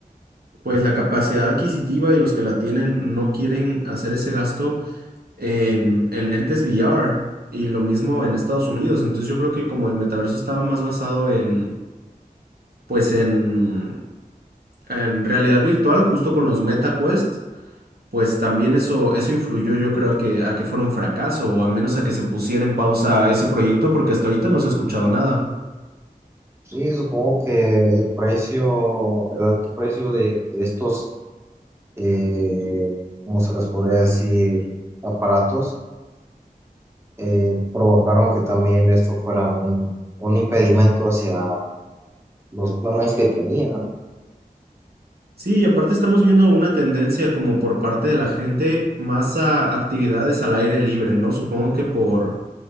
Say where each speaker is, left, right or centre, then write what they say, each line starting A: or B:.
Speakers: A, on the right; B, on the right.
A: pues la capacidad adquisitiva y los que la tienen no quieren hacer ese gasto en, en lentes VR y lo mismo en Estados Unidos. Entonces yo creo que como el metaverso estaba más basado en pues en en realidad virtual, justo con los Meta Quest. pues también eso, eso influyó yo creo a que, a que fuera un fracaso o a menos a que se pusiera en pausa ese proyecto porque hasta ahorita no se ha escuchado nada.
B: Sí, supongo que el precio, el alto precio de estos, eh, ¿cómo se les podría decir? aparatos eh, provocaron que también esto fuera un, un impedimento hacia los planes que tenían.
A: Sí, y aparte estamos viendo una tendencia como por parte de la gente más a actividades al aire libre, ¿no? Supongo que por,